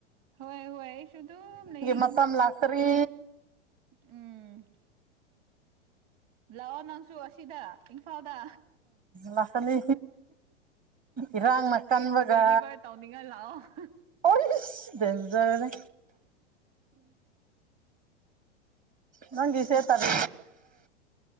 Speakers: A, on the right; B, on the right.
A: ꯍꯣꯏ ꯍꯣꯏ ꯑꯩꯁꯨ ꯑꯗꯨ ꯂꯩ ꯌꯨꯝꯗ
B: ꯃꯇꯝ ꯂꯥꯛꯇ꯭ꯔꯤ
A: ꯎꯝ ꯂꯥꯛꯑꯣ ꯅꯪꯁꯨ ꯑꯁꯤꯗ ꯐꯥꯎꯗ
B: ꯂꯥꯛꯀꯅꯤ ꯏꯔꯥꯡꯅ ꯀꯟꯕꯒ
A: ꯑꯩ ꯨꯗꯤꯤ ꯂꯤꯚꯔ ꯇꯥꯎꯅꯤꯡꯉꯥ ꯂꯑꯣ <inaudible>
B: ꯑꯣꯏꯁ ꯗꯦꯟꯖꯔꯅꯤ ꯅꯪꯒꯤꯁꯦ ꯇꯔ